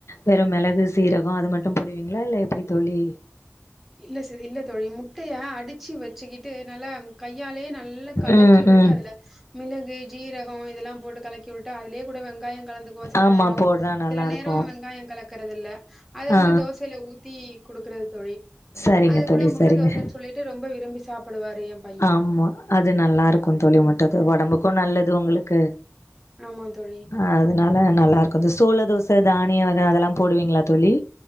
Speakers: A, on the left; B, in the centre.
A: வெறும் மிளகு சீரகோ அது மட்டு போடுவீங்களா இல்ல எப்டி தோழி
B: இல்ல ச இல்ல தோழி மு முட்டய அடிச்சு வச்சுக்கிட்டு நல்லா கையாலேயே நல்லா கலக்கி
A: ம்
B: விட்டுட்டு
A: ம்
B: அதுல மிளகு ஜீரகோ இதெல்லா போட்டு கலக்கி விட்டு அதுலயே கூட வெங்காயோ கலந்துக்குவோ சில
A: ஆமா
B: நேரோ
A: போடுறா நல்லாருக்கு
B: சில நேரோ வெங்காயோ கலக்கறது இல்ல அத வந்து
A: ஆ
B: தோசையில ஊத்தி குடுக்குறது தோழி
A: சரிங்க
B: அது கூட
A: தோழி
B: முட்ட
A: சரிங்க
B: தோசைனு சொல்லிட்டு ரொம்ப விரும்பி சாப்டுவாரு எம்
A: ஆமா அது நல்லா இருக்கு தோழி முட்டது ஒடம்புக்கு நல்லது உங்ளுக்கு
B: ஆமா தோழி
A: அ அதனால நல்லா இருக்கும் அந்த சோள தோசை தானியம் வகை அதெல்லாம் போடுவீங்களா தோழி